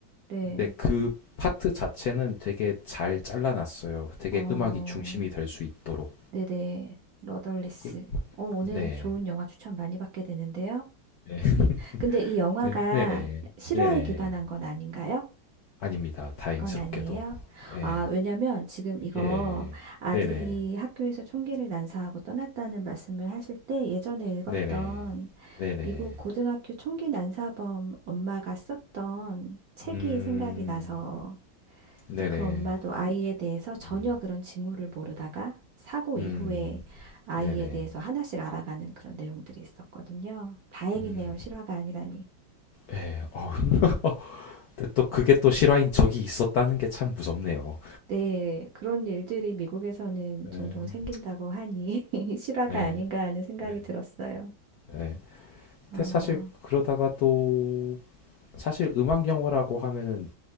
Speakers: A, on the right; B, on the left.
A: 네,
B: 근데 그 파트 자체는 되게 잘 잘라놨어요. 되게
A: 어,
B: 음악이 중심이 될 수 있도록.
A: 네네. 러덜리스.
B: 꿀-
A: 어, 오늘
B: 네.
A: 좋은 영화 추천 많이 받게 되는데요.
B: 네. <laughs>
A: 근데 이 영화가
B: 네, 네네.
A: 실화에
B: 네네.
A: 기반한 건 아닌가요?
B: 아닙니다. 다행스럽게도.
A: 그건 아니에요.
B: 예.
A: 아, 왜냐면 지금 이거
B: 예.
A: 아들이
B: 네네.
A: 학교에서 총기를 난사하고 떠났다는 말씀을 하실 때 예전에 읽었던
B: 네네. 네네.
A: 미국 고등학교 총기 난사범 엄마가 썼던 책이
B: 음.
A: 생각이 나서
B: 네네.
A: 이제 그 엄마도 아이에 대해서 전혀
B: 음.
A: 그런 징후를 모르다가 사고
B: 음.
A: 이후에 아이에
B: 네네.
A: 대해서 하나씩 알아가는 그런 내용들이 있었거든요. 다행이네요.
B: 음.
A: 실화가 아니라니.
B: 예. 어. <laughs> 어, 근데 또 그게 또 실화인 적이 있었다는 게 참 무섭네요.
A: 네, 그런 일들이 미국에서는 종종
B: 네.
A: 생긴다고 하니 <laughs> 실화가
B: 네.
A: 아닌가 하는 생각이
B: 네.
A: 들었어요.
B: 네. 근데
A: 어,
B: 사실 그러다가 또 사실 음악 영화라고 하면은